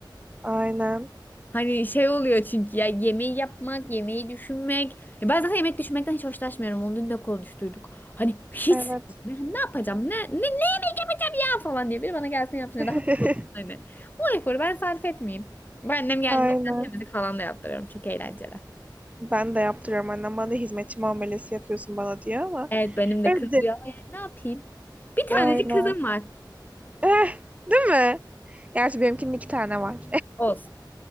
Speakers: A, on the right; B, on the left.
A: Aynen.
B: Hani şey oluyor çünkü ya yemeği yapmak, yemeği düşünmek. Ya ben zaten yemek düşünmekten hiç hoşlaşmıyorum. Onu dün de konuştuyduk. Hani hiç
A: Evet.
B: sevmiyorum. Hani ne yapacağım? Ne, ne, ne yemek yapacağım ya falan diye biri bana gelsin yapsın
A: <laughs>
B: ya da hazır olsun hani. O eforu ben sarf etmeyeyim. Ben annem geldiğinde
A: Aynen.
B: temizlik falan da yaptırıyorum. Çok eğlenceli.
A: Ben de yaptırıyorum annem. Bana da hizmetçi muamelesi yapıyorsun bana diyor ama.
B: Evet benim de
A: Evet.
B: kızıyor ama yani ne yapayım? Bir
A: Aynen.
B: tanecik kızım var.
A: Eh, değil mi? Gerçi benimkinin iki tane var.
B: Olsun.